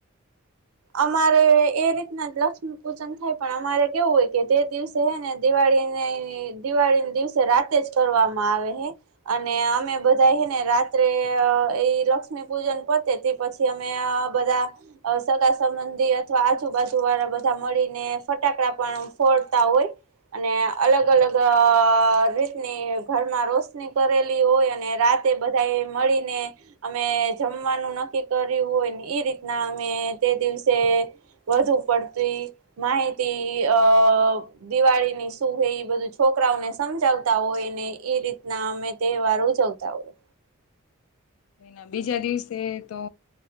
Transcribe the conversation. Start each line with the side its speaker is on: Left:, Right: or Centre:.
Right: અમારે એ રીતના લક્ષ્મી પૂજન થાય પણ અમારે કેવું હોય કે તે દિવસે હે ને દિવાળીને દિવાળી દિવસે રાતે જ કરવામાં આવે હે અને અમે બધા હેને રાત્રે એ લક્ષ્મી પૂજન પતે તે પછી અમે બધા સગા સંબંધી અથવા આજુબાજુવાળા બધા મળીને ફટાકડા પણ ફોડતા હોય અને અલગ અલગ રીતની ઘરમાં રોશની કરેલી હોય અને રાતે બધા એ મળીને અમે જમવાનું નક્કી કર્યું હોયને એ રીતના અમે તે દિવસે વધુ પડતી માહિતી અ દિવાળીની શું હે એ બધું છોકરાઓને સમજાવતા હોયને એ રીતના અમે તહેવાર ઉજવતા હોય.
Left: એના બીજા દિવસે તો